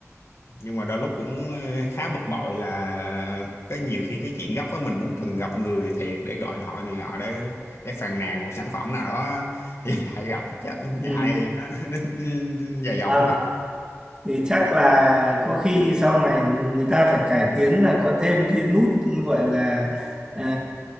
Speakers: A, on the left; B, on the right.
A: nhưng mà đôi lúc cũng ờ, khá bực bội là cái nhiều khi cái chuyện gấp á mình muốn cần gặp người thiệt để gọi điện thoại này nọ để để phàn nàn một sản phẩm nào đó <laughs> thì lại gặp chắc
B: ừ.
A: ai nó, nó, nó, nó dài dòng
B: à,
A: quá
B: thì chắc là có khi sau này người ta phải cải tiến là có thêm cái nút gọi là à,